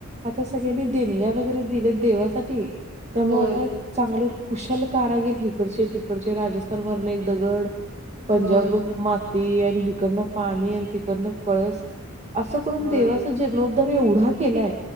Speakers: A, on the right; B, on the right.
A: आता सगळ्यांनी देणग्या वगैरे दिले देवासाठी त्यामुळे
B: हो
A: आता चांगले कुशल कारा गेल इिकडचे तिकडचे राजस्थानवरने एक दगड पंजाबवरन
B: हो
A: माती आणि हिकडनं पाणी आणि तिकडनं कळस असं करून
B: हो
A: देवाचा जीर्णो एवढा केलाय